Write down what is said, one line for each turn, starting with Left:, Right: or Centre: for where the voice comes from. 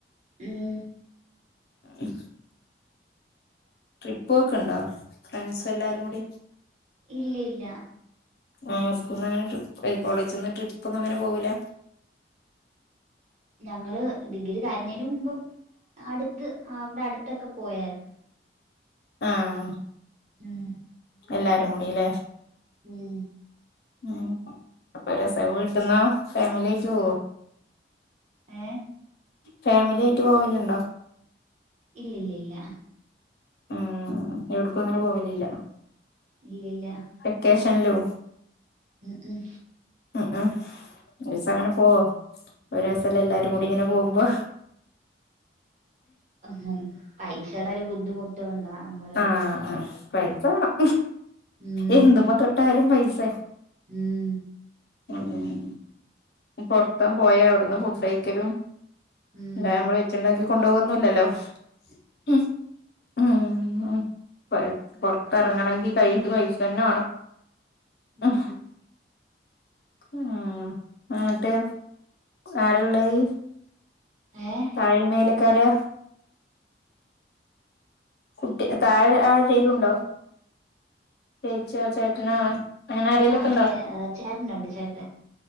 Right: ഉം
Left: ഉം ട്രിപ്പ് പോക്ക്ണ്ടോ ഫ്രൺസ് എല്ലാരും കൂടി?
Right: ഇല്ല്യാ ഇല്ല
Left: ആഹ് സ്കൂള്ന്നങ്ങനെ ട്രിപ്പ കോളേജ്ന്ന് ട്രിപ്പൊന്നങ്ങനെ പോവൂല?
Right: ഞങ്ങള് ഡിഗ്രി കാരുന്നേന് മുമ്പ് അടുത്ത് ആഹ് അവിടടുത്തൊക്ക പോയാര്
Left: ആഹ്
Right: ഉം
Left: എല്ലാരും കൂടീല്ലേ
Right: ഉം
Left: ഉം അപ്പൊ രസ വീട്ട്ന്നോ ഫാമിലിയായിട്ട് പോവോ
Right: ഏഹ്
Left: ഫാമിലിയായിട്ട് പോവല്ണ്ടോ
Right: ഇല്ലില്ല ഇല്ല
Left: ഉം എവിടക്കും അങ്ങനെ പോവലില്ല
Right: ഇല്ലില്ല
Left: ക്കേഷൻലും
Right: ഉം ഉം
Left: ഉം ഉം ഒരൂസങ്ങനെ പോ ഒരു രസല്ലേ എല്ലാരും കൂടി ഇങ്ങനെ പോവുമ്പോ
Right: ആഹ് പൈസേട ഒരു ബുദ്ധിമു ട്ടു കൊണ്ടാ അമ്മട്ട്
Left: ആഹ് പൈസ വേണം
Right: ഉം
Left: എന്തുമ്മ തൊട്ടാലും പൈസ
Right: ഉം
Left: <inaudible> പൊറത്തം പോയാ അവിടന്ന് ഫുഡൈക്കലും
Right: ഉം
Left: അല്ലേ നമ്മള് ഇണ്ടാക്കി കൊണ്ടോവൊന്നുല്ലല്ലോ ഉം ഉം ഉം പൈ പൊറത്തെറങ്ങണെങ്കി കയ്യിത് പൈസന്നെ വേണം
Right: ഉം
Left: അഹ് ആഹ് എന്നിട്ട് ആരിള്ളയ്
Right: ഏഹ്
Left: താഴിയും മേലേക്കാരേ കുട്ടി താഴെ ആരേലുണ്ടോ ചേച്ചിയോ ചേട്ടനോ അങ്ങനെ ആരേലൊക്കെ
Right: ആഹ്
Left: ഉണ്ടോ
Right: ചേ അഹ് ചേട്ടനുണ്ട് ചേട്ടൻ